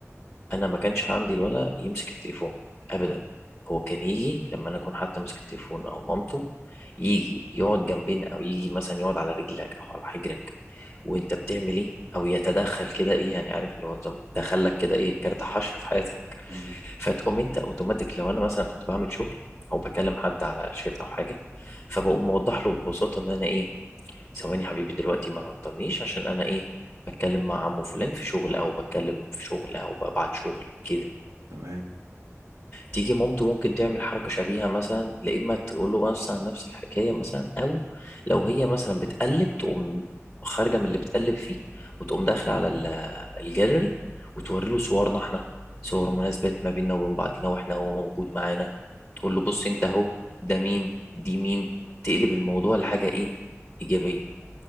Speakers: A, on the left (about 15°); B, on the right (about 65°).
A: انا ما كانش عندي الولد يمسك التليفون ابدا هو كان يجي لما انا اكون حتى ماسك التليفون او مامته يجي يقعد جنبنا او يجي مثلا يقعد على رجلك او على حجرك وانت بتعمل ايه او يتدخل كده ايه يعني عارف اللي هو نظام دخلك كده ايه كارت حشر في حياتك
B: مم.
A: فتقوم انت اوتوماتيك لو انا مثلا كنت بعمل شغل او بكلم حد على شات او حاجه فبقوم موضح له ببساطه ان انا ايه ثواني يا حبيبي دلوقتي ما تعطلنيش عشان انا ايه بتكلم مع عمو فلان في شغل او بتكلم في شغل او ببعت شغل كده
B: تمام
A: تيجي مامته ممكن تعمل حركه شبيهه مثلا لا اما تقول له مثلا نفس الحكايه مثلا او لو هي مثلا بتقلب تقوم خارجه من اللي بتقلب فيه وتقوم داخله على ال- الجاليري وتوري له صورنا احنا صور مناسبات ما بيننا وبين بعضينا واحنا هو موجود معانا تقول له بص انت
B: مم.
A: اهو ده مين دي مين تقلب الموضوع لحاجه ايه ايجابيه